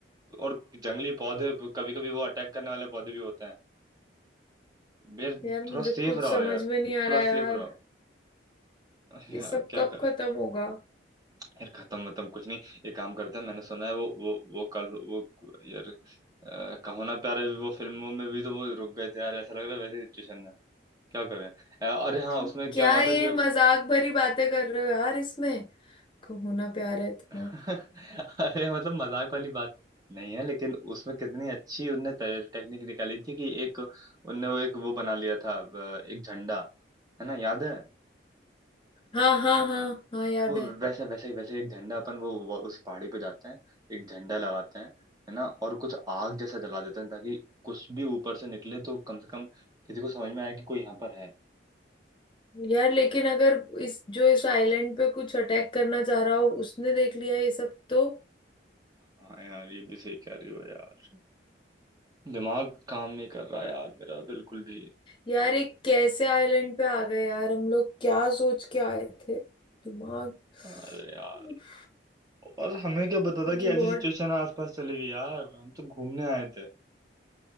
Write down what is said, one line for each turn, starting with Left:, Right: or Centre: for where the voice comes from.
Right: और जंगली पौधे कभी कभी वो अटैक करने वाले पौधे भी होते हैं यार
Left: यार मुझे
Right: थोड़ा सेफ
Left: कुछ
Right: रहो
Left: समझ
Right: यार
Left: में नहीं आ
Right: थोड़ा
Left: रहा यार
Right: सेफ रहो यार
Left: ये सब
Right: क्या
Left: कब
Right: करें
Left: खत्म होगा
Right: यार खत्म मतलब कुछ नहीं ये काम करते हैं मैंने सुना है वो वो वो कल वो यार अ, कहो ना प्यारे भी, वो फिल्मों में भी तो वो रुक गए थे यार ऐसा लग रहा है वैसी सिचुएशन है क्या करें अ, अरे हाँ
Left: तुम
Right: उसमें
Left: क्या
Right: क्या हुआ
Left: ये
Right: था कि
Left: मजाक भरी बातें कर रहे हो यार इसमें कहूँ ना प्यार है तुम्हारा
Right: अरे मतलब मजाक वाली बात नहीं है लेकिन उसमें कितनी अच्छी उनने टेक्निक निकाली थी कि एक उनने वो एक वो बना लिया था अ, एक झंडा है ना याद है
Left: हाँ हाँ हाँ हाँ याद
Right: वो
Left: है
Right: वैसे वैसे ही वैसे एक झंडा अपन वो, वो उस पहाड़ी पे जाते हैं एक झंडा लगाते हैं है ना और कुछ आग जैसा जला देते हैं ताकि कुछ भी ऊपर से निकले तो कम से कम किसी को समझ में आए कि कोई यहाँ पर है
Left: यार लेकिन अगर इस जो इस आइलैंड पे कुछ अटैक करना चाह रहा हो उसने देख लिया ये सब तो
Right: हाँ यार ये भी सही कह रही हो यार दिमाग काम नहीं कर रहा यार मेरा बिल्कुल भी
Left: यार एक कैसे आइलैंड पे आ गए यार हम लोग क्या सोच के आए थे दिमाग
Right: अरे यार
Left: उफ,
Right: और हमें क्या पता
Left: मुझे
Right: था कि ऐसी
Left: बहुत
Right: सिचुएशन आसपास चलेगी यार हम तो घूमने आए थे